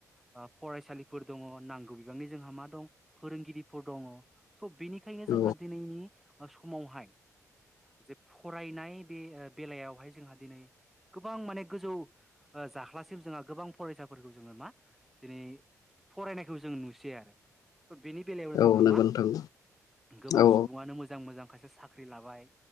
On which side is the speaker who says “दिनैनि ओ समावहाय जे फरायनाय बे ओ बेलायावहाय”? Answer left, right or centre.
Centre